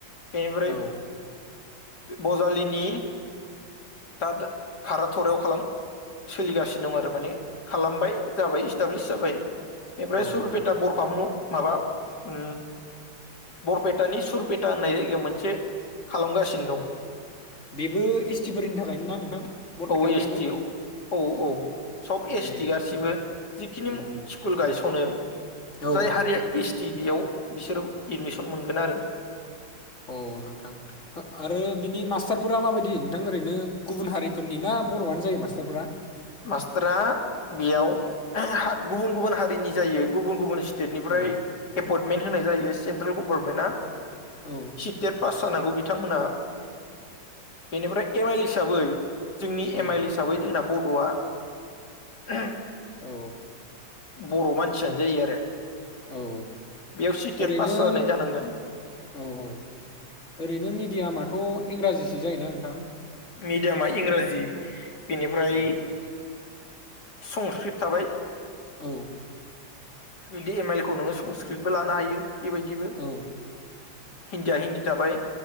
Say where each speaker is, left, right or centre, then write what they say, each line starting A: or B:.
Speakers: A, on the left; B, on the left.
A: बेनिफ्राय
B: औ
A: ब'जालिनि दा खारा थरायाव खालाम, सोलिगासिनो दं आरो माने खालामबाय जाबाय इस्टाब्लिस जाबाय। बेनफ्राय
B: औ
A: सुरुपेटा बरफामु माबा उ बरपेट दानि सुरपेटा होननाय जायगायाव मोनसे खालामगासिनो दं
B: बेबो एस टिफोरनि थाखायनो ना नोंथां बरपेटानियाबो
A: औ एस टि औ औ सब एस
B: ए
A: टि गासिबो जिखिनि
B: उम उम
A: स्कुल गायस'नो
B: औ
A: जाय हारिया एस बेयाव बिसोर एदमिसन मोनगोन आरो।
B: अ नोंथां आरो बिनि मास्टारफोरा माबायदि नोंथां ओरैनो गुबुन हारिफोरनि ना बर'आनो जायो मास्टारफोरा
A: मास्टारा बेयाव गुबुन गुबुन हारिनि जायो गुबुन गुबुन स्टेटनिफ्राय
B: औ
A: एपइन्टमेन्ट होनाय जायो सेन्ट्रेल गभर्नमेन्टआ
B: औ
A: सितेट पास जानांगौ बिथांमोना बेनिफ्राय एम आइल हिसाबै जोंनि
B: औ
A: एम आइल हिसाबै जोंना बर ज <inaudible> <unintelligible>
B: औ
A: बर' मानसियानो जायो आरो
B: औ
A: बेयाव सिटेट
B: ओरैनो
A: पास
B: औ
A: जानाय जानांगोन
B: औ ओरैनो मिडियामाथ' इंराजि बिदि जायोना नोंथां
A: मिडियामा इंराजि बेनिफ्राय
B: औ
A: संस्कृत थाबाय।
B: द <inaudible> <unintelligible>
A: बिदि एम आइल खौ नोङो संस्कृतबो लानो हायो बेबायदिबो
B: औ
A: हिन्दीया हिन्दी थाबाय